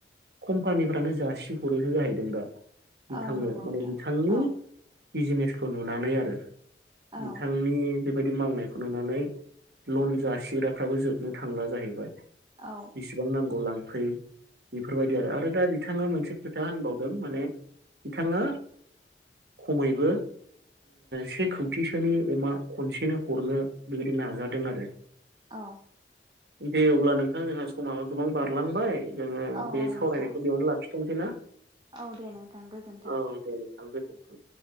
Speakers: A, on the right; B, on the right.
A: कम्पानिफ्रानो जासि हरोनो जाहैदों दा बिथांनो
B: औ नंगौ
A: माने
B: नोंथां
A: बिथांनि
B: औ
A: बिजिनेसखौ नुनानै आरो
B: औ
A: बिथांनि बेबायदि मावनायखौ नुनानै लन जासिग्राफ्राबो जोबनो थांला जाहैबाय
B: औ
A: बेसेबां नांगौ लांफै बेफोरबायदि आरो आरो दा बिथाङा मोनसे खोथा होनबावदों माने बिथाङा खमैबो से खौथिसोनि अमा खनसे बेखायनो हरनो बेबायदि नाजादों आरो।
B: औ
A: दे अब्ला नोंथां जोंहा समाबो गोबां बारलांबाय जोङो
B: औ
A: बे
B: औ
A: सावरायनायखौ
B: नोंथां
A: बेयावनो लाखिथ'नोसै ना
B: औ दे नोंथां गोजोन्थों।
A: औ दे नोंथां गोजोन्थों।